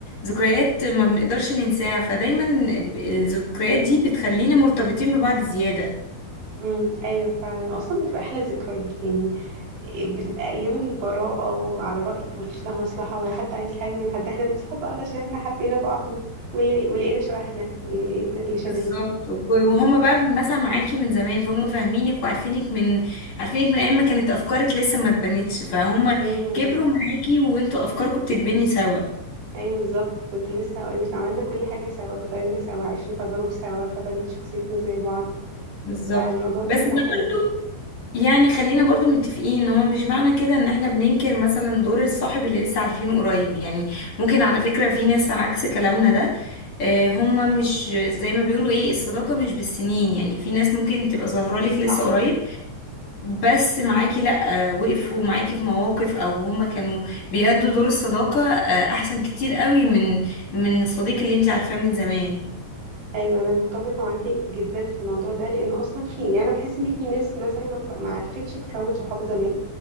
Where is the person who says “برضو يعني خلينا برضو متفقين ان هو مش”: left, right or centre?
Left